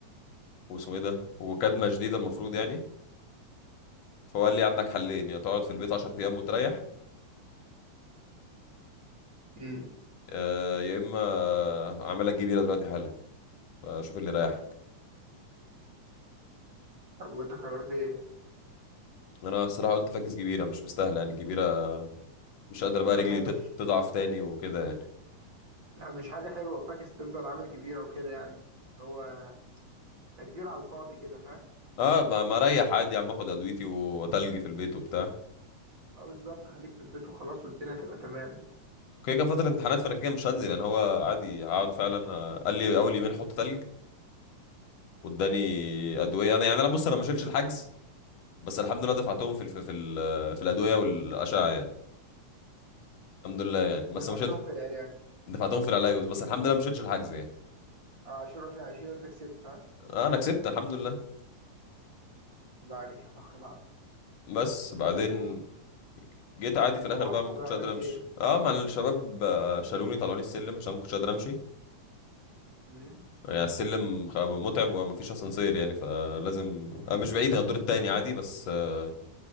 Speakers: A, on the left; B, on the right.
A: واسمه ايه ده وكدمه شديده المفروض يعني فهو قال لي عندك حلين يا تقعد في البيت 10 ايام وتريح
B: امم
A: آه، يا اما اعمل لك جبيره دلوقتي حالا فشوف اللي يريحك
B: طب وانت قررت ايه؟
A: انا الصراحه قلت فاكس جبيره مش مستاهله يعني الجبيره مش قادر
B: اه
A: بقى رجلي
B: لا مش
A: ت- تضعف تاني وكده يعني
B: لا مش حاجة حلوة فاكس تفضل عامل كبيرة وكده يعني هو تكدير على الفاضي كده فاهم؟
A: اه ما ما اريح عادي يا عم اخد ادويتي وتلجي في البيت وبتاع
B: اه بالظبط خليك في البيت وخلاص والدنيا تبقى تمام يعني
A: وكده كده فترة امتحانات فانا كده مش هنزل يعني هو عادي هقعد فعلا آه، قال لي اول يومين حط تلج واداني ادوية انا يعني انا بص انا ما شلتش الحجز بس الحمد لله دفعتهم في الف... في ال... في الادوية والاشعة يعني الحمد لله يعني بس
B: دفعتهم
A: ما شلت
B: في العراق
A: دفعتهم في العلاج بس بس الحمد لله ما شلتش الحجز يعني
B: آه، عشرة في عشرين وانت كسبت ها
A: آه انا كسبت الحمد لله
B: الله عليك يا فخر العرب
A: بس بعدين
B: طب و-
A: جيت عادي في الاخر
B: روحت
A: بقى ما كنتش
B: بقى عملت
A: قادر امشي
B: ايه؟
A: اه مع الشباب آه، شالوني طلعوني السلم عشان ما كنتش قادر امشي
B: مم؟
A: يعني السلم خ- متعب ومفيش اسانسير يعني فلازم آه، مش بعيد هي الدور التاني عادي بس آه،